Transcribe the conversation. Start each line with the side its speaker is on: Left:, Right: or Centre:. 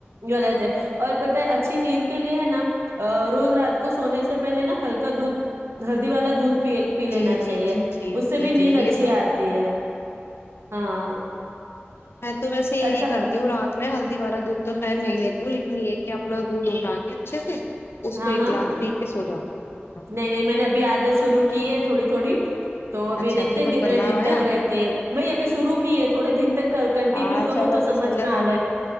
Right: غلط ہے اور پتہ اچھی نیند کے لیے ہے نا روز رات کو سونے سے پہلے نا ہلکا دودھ ہلدی والا دودھ پی پی
Left: جی
Right: لینا
Left: جی
Right: چاہیے
Left: جی جی
Right: اس
Left: جی
Right: سے بھی
Left: جی
Right: نیند
Left: یہ
Right: اچھی
Left: تو
Right: آتی ہے ہاں
Left: میں تو ویسے یہی
Right: اچھا
Left: کرتی ہوں رات میں ہلدی والا دھ تو خیر نہیں لیتی ہوں لیکن ایک کہ اپنا دودھ اٹھا کے اچھے سے اس
Right: ہاں
Left: کو ایک
Right: ہاں
Left: گلاس پی کے سوجا د
Right: نہیں نہیں میں نے ابھی عادت شروع کی ہے تھوڑی تھوڑی تو ابھی
Left: اچھا
Right: دیکھتے
Left: اچھا کچھ
Right: کتنے
Left: بدلاؤ
Right: دن
Left: آیا
Right: تک رہتے ہے بائی ابھی سروع کی ہے تھوڑے دن تک کنٹینیو
Left: ہاں
Right: کروں
Left: چلو
Right: تو سمجھ
Left: بس اللہ
Right: میں
Left: تعالی
Right: آوئے